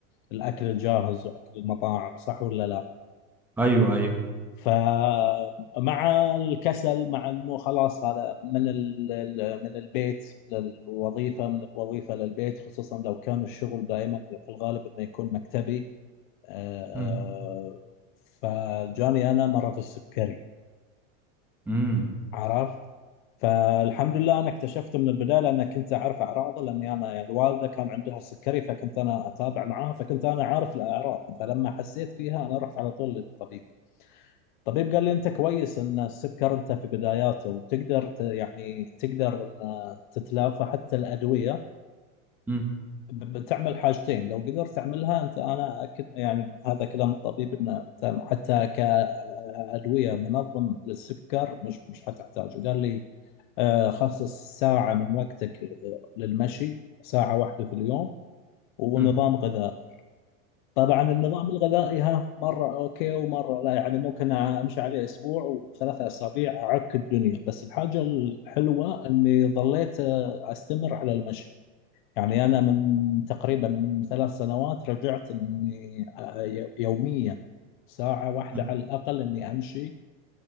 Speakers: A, on the left (about 40°); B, in the centre.
A: الأكل الجاهز وأكل المطاعم صح ولا لا؟
B: ايوه ايوه
A: فمع الكسل مع انه خلاص هذا من ال- ال- من البيت للوظيفه من الوظيفه للبيت خصوصا لو كان الشغل دائما في الغالب انه يكون مكتبي آه، آه،
B: امم
A: فجاني انا مرض السكري
B: امم
A: عرفت فالحمد لله انا اكتشفته من البدايه لان كنت اعرف اعراضه لاني انا يعني الوالده كان عندها السكري فكنت انا اتابع معاها فكنت انا عارف الاعراض فلما حسيت فيها انا رحت على طول للطبيب طبيب قال لي انت كويس ان السكر انت في بداياته وتقدر ت- يعني تقدر ان تتلافى حتى الادويه
B: امم
A: ب- بتعمل حاجتين لو قدرت تعملها انت انا اكد يعني هذا كلام الطبيب ان انت حتى كادويه منظم للسكر مش مش حتحتاجه قال لي آه، خصص ساعه من وقتك آه، للمشي ساعه واحده في اليوم ونظام
B: امم
A: غذائي طبعا النظام الغذائي ها مره اوكي ومره لا يعني ممكن امشي عليه اسبوع وثلاثة اسابيع اعك الدنيا بس الحاجه الحلوه اني ظليت آه، استمر على المشي يعني انا من تقريبا من ثلاث سنوات رجعت اني آه، ي- يوميا ساعه واحده
B: أمم.
A: على الاقل اني امشي